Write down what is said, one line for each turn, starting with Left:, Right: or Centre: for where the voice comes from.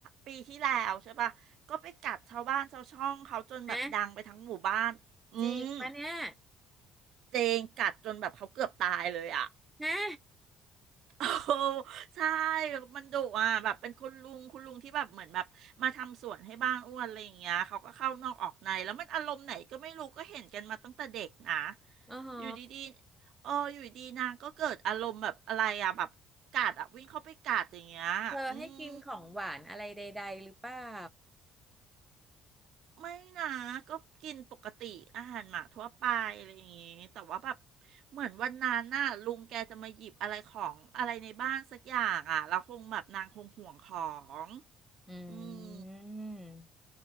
Right: ปีที่แล้วใช่ปะก็ไปกัดชาวบ้านชาวช่องเขาจนแบบดังไปทั้งหมู่บ้านอืม
Centre: นะจริงปะเนี่ย
Right: เจงกัดจนแบบเขาเกือบตายเลยอ่ะ
Centre: นะ
Right: โอ้ใช่มันดุอ่ะแบบเป็นคุณลุงคุณลุงที่แบบเหมือนแบบมาทำสวนให้บ้านอ้วนอะไรอย่างเงี้ยเขาก็เข้านอกออกในแล้วมันอารมณ์ไหนก็ไม่รู้ก็เห็นกันมาตั้งแต่เด็กนะ
Centre: อ๋อฮะ
Right: อยู่ดีๆเอออยู่ดีๆนางก็เกิดอารมณ์แบบอะไรอ่ะแบบกัดอ่ะวิ่งเข้าไปกัดอย่างเงี้ยอืม
Centre: เธอให้กินของหวานอะไรใดๆหรือเปล่า
Right: ไม่นะก็กินปกติอาหารหมาทั่วไปอะไรอย่างงี้แต่ว่าแบบเหมือนวันนั้นน่ะลุงแกจะมาหยิบอะไรของอะไรในบ้านสักอย่างอ่ะเราคงแบบนางคงห่วงของ
Centre: อืม
Right: อืม